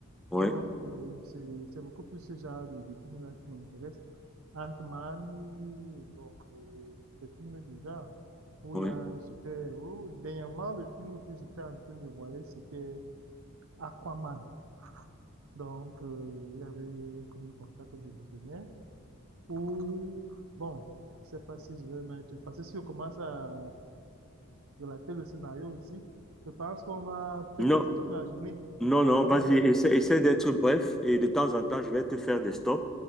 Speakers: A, in the centre; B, on the right.
A: Oui,
B: Donc, euh, c'est, c'est beaucoup plus ce genre de, de films-là qui m'intéresse. Ant-Man, euh, bon, des, des films du genre où
A: oui.
B: il y a un super-héros. Dernièrement, le film que j'étais en train de voir, c'était Aquaman. Donc, euh, il y avait un film comme ça que je visionnais. Ou, bon, je sais pas si je vais mettre, parce que si on commence à relater le scénario ici, je pense qu'on va peut-être
A: Non,
B: passer toute la journée.
A: non, non,
B: Donc,
A: vas-y,
B: c'est,
A: essaie, essaie d'être bref et de temps en temps, je vais te faire des stops